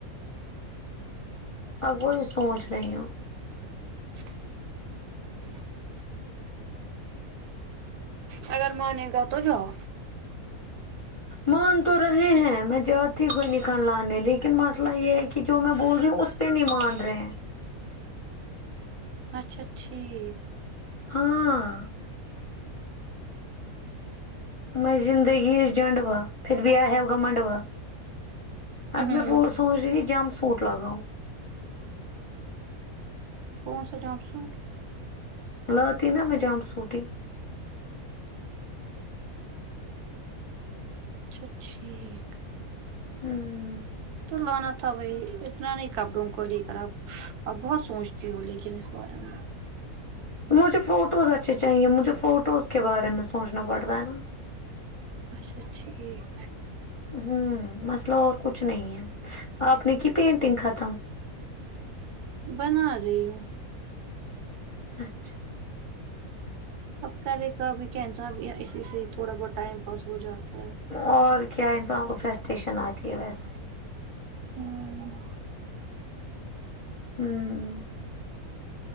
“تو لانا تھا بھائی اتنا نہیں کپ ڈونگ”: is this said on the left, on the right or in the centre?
Right